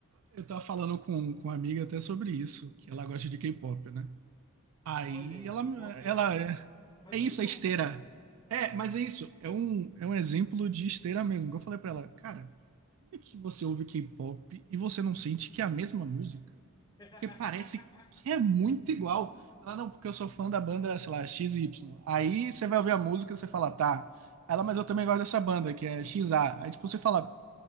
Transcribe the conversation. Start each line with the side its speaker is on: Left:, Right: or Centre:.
Right: eu tava falando com, com uma amiga até sobre isso, que ela gosta de K-pop, né? Aí
Left: Olha aí,
Right: ela,
Left: K-pop
Right: ela
Left: é o
Right: é,
Left: mais
Right: é
Left: ou
Right: isso,
Left: menos
Right: é
Left: novo,
Right: esteira.
Left: né?
Right: É, mas é isso, é um, é um exemplo de esteira mesmo. que Eu falei pra ela, cara, Como é que você ouve K-pop e você não sente que é a mesma música?
Left: <laughs>
Right: Porque parece que é muito igual. Ela, não, porque eu sou fã da banda, sei lá, XY. Aí você vai ouvir a música e você fala, tá. Ela, mas eu também gosto dessa banda, que é X A. Aí, tipo, você fala,